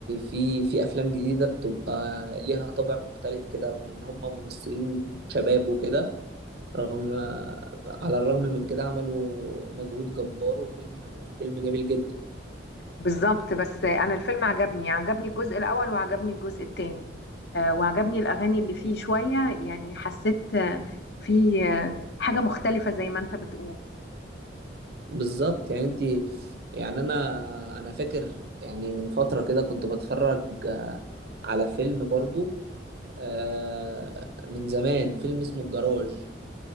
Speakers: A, on the right (about 55°); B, on the left (about 60°).
A: في في افلام جديدة بتبقى ليها طابع مختلف كده رغم ان هم ممثلين شباب وكده رغم على الرغم من كده عملوا مجهود جبار وفيلم فيلم جميل جدا
B: بالظبط بس انا الفيلم عجبني عجبني الجزء الاول وعجبني الجزء الثاني وعجبني الاغاني اللي فيه شويه يعني حسيت آه، في آه، حاجه مختلفه زي ما انت بتقول
A: بالظبط يعني انت يعني انا انا فاكر يعني من فترة كده كنت بتفرج آه، على فيلم برضو آه من زمان فيلم اسمه الجراج